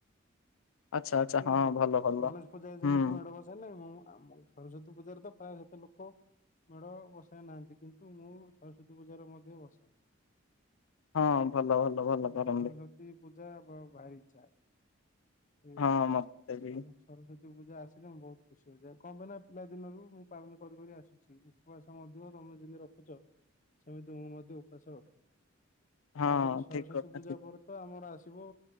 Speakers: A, on the left (about 70°); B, on the left (about 40°).
A: ଆଚ୍ଛା ଆଚ୍ଛା
B: ଠିକ
A: ହଁ
B: ଅଛି।
A: ଭଲ ଭଲ
B: ଗଣେଶ ପୂଜା
A: ହୁଁ।
B: ଯେମିତି ମେଢ ବସ ହେଲେ ମୁଁ ଆମ ସରସ୍ଵତୀ ପୂଜାରେ ତ ପ୍ରାୟ ସେତେ ଲୋକ ମେଢ ବସାଇ ନାହାନ୍ତି। କିନ୍ତୁ ମୁଁ ସରସ୍ଵତୀ ପୂଜାରେ ମଧ୍ୟ ବସାଏ।
A: ହଁ ଭଲ ଭଲ ଭଲ
B: ମତେ
A: କରନ୍ତି
B: ସରସ୍ଵତୀ ପୂଜା ବ ଭାରି ଇଚ୍ଛା। ଠିକ
A: ହଁ
B: ଅଛି,
A: ମତେ
B: ଚାଲ।
A: ବି
B: ସରସ୍ଵତୀ ପୂଜା ଆସିଲେ ମୁଁ ବହୁତ ଖୁସି ହୋଇଯାଏ। କଣ ପାଇଁ ନା ପିଲା ଦିନରୁ ମୁଁ ପାଳନ କରିି କରି ଆସୁ ଛି। ଉପବାସ ମଧ୍ୟ ତମେ ଯେମତି ରଖୁଛ, ସେମିତି ମୁଁ ମଧ୍ୟ ଉପବାସ ରଖେ।
A: ହଁ
B: ତାପରେ ସରସ୍ଵତୀ
A: ଠିକ କଥା
B: ପୂଜା
A: ଠିକ
B: ପରେ ତ ଆମର ଆସିବ